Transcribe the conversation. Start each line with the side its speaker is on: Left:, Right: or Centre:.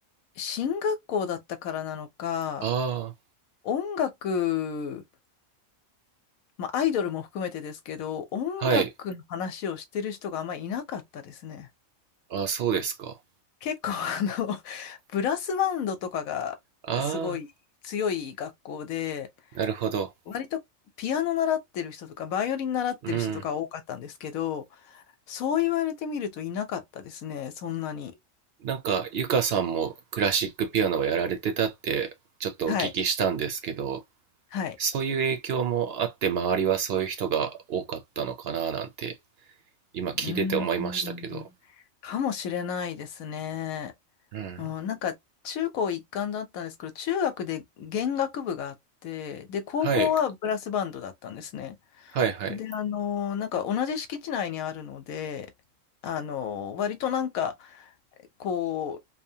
Left: 進学校だったからなのか、
Right: あ
Left: 音楽、まあアイドルも含めてですけど、音楽の話をしてる人があんまりいなかったですね。
Right: あ、はい。あ、そうですか。
Left: 結構あの、<laughs> ブラスバンドとかがすごい強い学校で、
Right: ああ、なるほど。
Left: 割とピアノ習ってる人とか、バイオリン習ってる人とか多かったんですけど、
Right: うん。
Left: そう言われてみるといなかったですね、そんなに。
Right: なんか、ゆかさんもクラシックピアノをやられてたって、ちょっとお聞きしたんですけど、
Left: はい。はい。
Right: そういう影響もあって、周りはそういう人が多かったのかななんて、今聞いてて思いましたけど。
Left: うーん。かもしれないですね。
Right: うん。
Left: うん、なんか、中高一貫だったんですけど、中学で弦楽部があって、で、高校はブラスバンドだったんですね。
Right: はい、はい、はい。
Left: で、あの、なんか同じ敷地内にあるので、あの、割となんか、こ